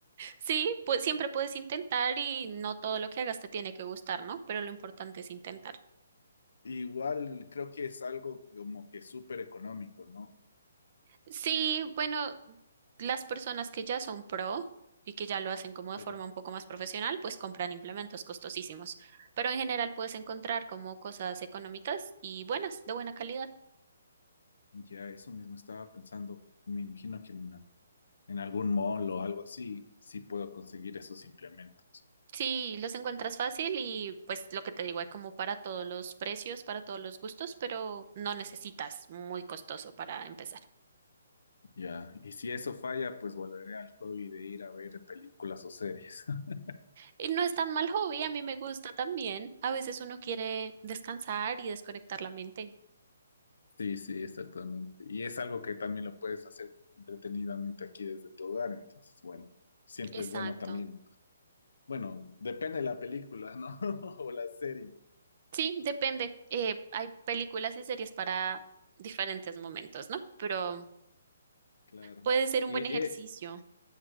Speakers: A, on the right (about 45°); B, on the left (about 75°).
A: Sí, pues siempre puedes intentar y no todo lo que hagas te tiene que gustar, ¿no? Pero lo importante es intentar.
B: Igual creo que es algo como que súper económico, ¿no?
A: Sí, bueno, las personas que ya son pro y que ya lo hacen como de
B: Sí.
A: forma un poco más profesional, pues compran implementos costosísimos. Pero en general puedes encontrar como cosas económicas y buenas, de buena calidad.
B: Ya eso mismo estaba pensando. Me imagino que en, en algún mall o algo así, sí puedo conseguir esos implementos.
A: Sí, los encuentras fácil y pues lo que te digo, hay como para todos los precios, para todos los gustos, pero no necesitas muy costoso para empezar.
B: Ya, y si eso falla, pues volveré al hobby de ir a ver películas o series. <laughs>
A: Y no es tan mal hobby, a mí me gusta también. A veces uno quiere descansar y desconectar la mente.
B: Sí, sí, exactamente. Y es algo que también lo puedes hacer entretenidamente aquí desde tu hogar, entonces, bueno, siempre
A: Exacto.
B: es bueno también. Bueno, depende de la película, ¿no? <laughs> O la serie,
A: Sí, depende. Eh, hay películas y series para diferentes momentos, ¿no? Pero
B: claro.
A: puede ser un
B: Y,
A: buen
B: eh,
A: ejercicio.